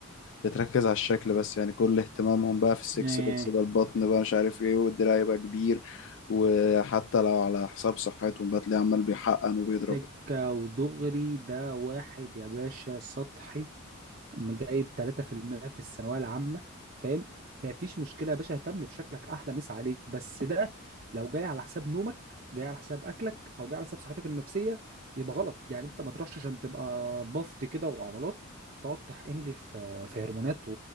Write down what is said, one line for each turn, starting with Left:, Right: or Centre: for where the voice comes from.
Left: بتركز على الشكل بس يعني كل اهتمامهم بقى في السكس
Right: آه،
Left: باكس بقى البطن بقى مش عارف ايه والدراع يبقى كبير وحتى لو على حساب صحتهم بقى تلاقيه عمال بيحقن وبيضرب
Right: سكة ودغري ده واحد يا باشا سطحي جايب 3% في المية في الثانوية العامة فاهم مفيش مشكلة يا باشا اهتم بشكلك أحلى مسا عليك بس ده لو جاي على حساب نومك جاي على حساب أكلك أو جاي على حساب صحتك النفسية يبقى غلط يعني أنت ما تروحش عشان تبقى بفط كده وعضلات تقعد تحقن لي في في هرمونات و...